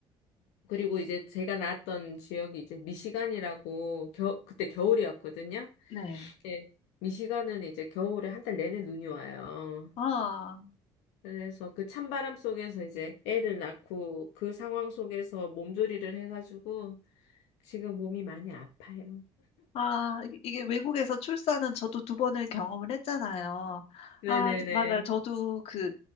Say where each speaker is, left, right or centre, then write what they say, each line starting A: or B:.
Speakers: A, on the left; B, on the left.
A: 그리고 이제 제가 낳았던 지역이 이제 미시간이라고, 겨, 그때 겨울이었거든요.
B: 네.
A: 예, 미시간은 이제 겨울에 한 달 내내 눈이 와요.
B: 아,
A: 그래서 그 찬바람 속에서 이제 애를 낳고 그 상황 속에서 몸조리를 해가지고 지금 몸이 많이 아파요.
B: 아, 이- 이게 외국에서 출산은 저도 두 번을 경험을 했잖아요.
A: 네네네.
B: 아, 맞아요. 저도 그